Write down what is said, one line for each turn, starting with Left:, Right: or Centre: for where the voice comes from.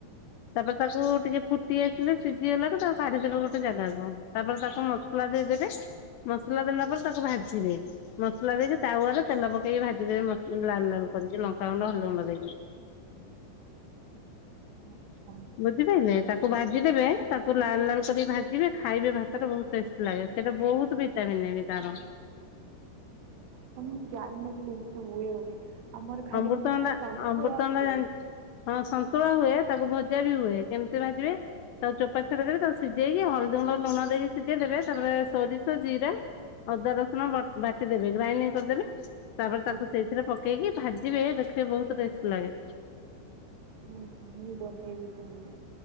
Left: ତାପରେ ତାକୁ ଟିକେ ଫୁଟି ଆସିଲେ ସିଝିଗଲାଠୁ ତାକୁ କାଢିଦବେ ଗୋଟେ ଜାଗାକୁ ତାପରେ ତାକୁ ମସଲା ଦେଇଦେବେ ମସଲା ଦେଲା ପରେ ତାକୁ ଭାଜିବେ ମସଲା ଦେଇକି ତାୱାରେ ତେଲ ପକେଇକି ଭାଜିଦେବି ମ ଲାଲ ଲାଲ କରିକି ଲଙ୍କାଗୁଣ୍ଡ ହଲଦି ଗୁଣ୍ଡ ଦେଇକି।
Right: ଆଚ୍ଛା।
Left: ବୁଝିପାଇଲେ ତାକୁ ଭାଜିଦେବେ ତାକୁ ଲାଲ ଲାଲ କରିକି ଭାଜିବେ ଖାଇବେ ଭାତରେ ବହୁତ ଟେଷ୍ ଲାଗେ ସେଇଟା ବହୁତ ଭିଟାମିନ ବି ତାର।
Right: ତ ମୁଁ ଜାଣିନଥିଲି ଏମତି ହୁଏ ବୋଲି ଆମର ଖାଲି
Left: ଅମୃତଭଣ୍ଡା
Right: ଏମିତି ନା ସନ୍ତୁଳା
Left: ଅମୃତଭଣ୍ଡା
Right: ହୁଏ।
Left: ଜାଣି ହଁ ସନ୍ତୁଳା ହୁଏ, ତାକୁ ଭଜା ବି ହୁଏ। କେମିତି ଭାଜିବେ? ତା ଚୋପା ଛଡେଇ ଦେବେ। ତାକୁ ସିଝେଇକି ହଳଦୀ ଗୁଣ୍ଡ ଲୁଣ ଦେଇକି ସିଝେଇ ଦେବେ। ତାପରେ ସୋରିଷ, ଜିରା ଅଦା, ରସୁଣ ବାଟିଦେବେ ଗ୍ରାଇଣ୍ଡିଂ କରିଦେବେ ତାପରେ ତାକୁ
Right: ଆଚ୍ଛା
Left: ସେଇଥିରେ ପକେଇକି ଭାଜିବେ ଦେଖିବେ ବହୁତ ଟେଷ୍ ଲାଗେ।
Right: ହ ମୁଁ ବନେଇବି ତାହାଲେ।